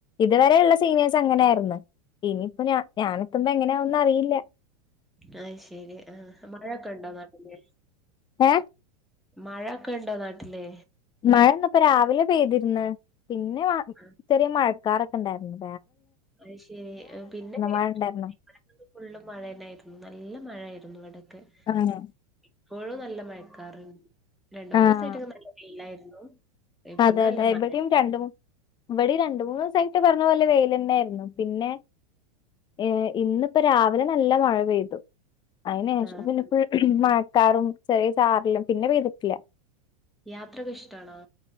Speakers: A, on the left; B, in the centre.
A: ഇതുവരെെയുള്ള സീനിയേഴസ് അങ്ങനെയ ആയിരുന്ന് ഇനിയിപ്പോഞഞാനെത്തുമ്പോ എങ്ങനെയാന്നും അറിയില്ല
B: ആഹ് ശരി ആഹ് മഴൊക്കെ ഉണ്ടേ നാട്ടില്
A: ഏ
B: മഴൊക്കെ ഉണ്ടോ നാട്ടില്
A: മഴ ഇന്ന് ഇപ്പ രാവിലെ പെയ്തിരുന്ന് പിന്നെ മറി
B: ആഹ്
A: ചെറിയ മഴക്കാറൊക്കെ ഉണ്ടായിരുന്നു
B: അ ശെരി പിന്നെ
A: മഴ ഇണ്ടായിരുന്നോ?
B: ഇവിടെ ഫുുള്ളും മഴ തന്നൊയിരുന്നു നല്ല മഴായിരുന്നു ഇവിടക്ക്
A: ആണോ
B: ഇപ്പോഴും നല്ല മഴക്കാറണ്ട് രണ്ട് മൂന്ന്
A: ആഹ്
B: ദിവസമായിട്ടൊക്കെ നല്ല വെയിലായിരുന്നു ഇന്ന്
A: അതെ
B: നല്ല
A: അതെ
B: മഴണ്ട്
A: ഇവിടെയും രണ്ട് മൂ ഇവിടെ രണ്ട് മൂന്ന് ദിവസാ പറഞ്ഞ പോലെ വെയ്ൽ തന്നെ ആരുന്നു പിന്നെ ഏർ ഇന്നിപ്പോ രാവിലെ നല്ല മഴ പെയ്തു അതിന് ശേഷം
B: ആഹ്
A: പിന്നെ മഴക്കാറും ചെറിയ ചാറലും പിന്നെ പെയ്തിട്ടില്ല
B: യാത്രൊക്കെ ഇഷ്ടാണോ